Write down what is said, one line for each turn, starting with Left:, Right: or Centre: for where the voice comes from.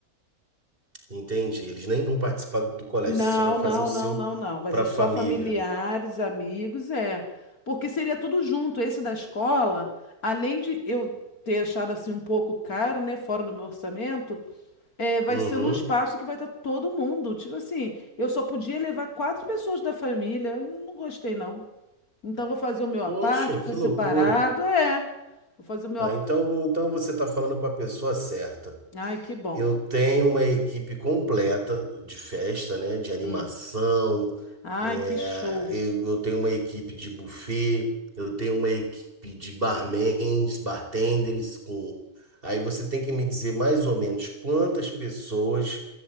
Right: entendi. Eles nem vão participar do colégio,
Left: Não,
Right: você só vai fazer
Left: não,
Right: o seu
Left: não, não, não. Vai
Right: para
Left: ser
Right: a
Left: só
Right: família.
Left: familiares, amigos, é. Porque seria tudo junto. Esse da escola, além de eu ter achado assim um pouco caro, né, fora do meu orçamento, é, vai
Right: Uhum.
Left: ser num espaço que vai estar todo mundo. Tipo assim, eu só podia levar quatro pessoas da família. Eu Não gostei, não. Então vou fazer o meu
Right: Poxa,
Left: à parte, vou fazer
Right: que loucura.
Left: separado, é. Vou fazer o meu.
Right: Ah,
Left: à-
Right: então, então você está falando com a pessoa certa.
Left: Ai, que bom.
Right: Eu tenho uma equipe completa de festa, né? De animação.
Left: Hum. Ai,
Right: é,
Left: que show.
Right: eu, eu tenho uma equipe de buffet. Eu tenho uma equipe de barmans, bartenders. Com... Aí você tem que me dizer mais ou menos quantas pessoas,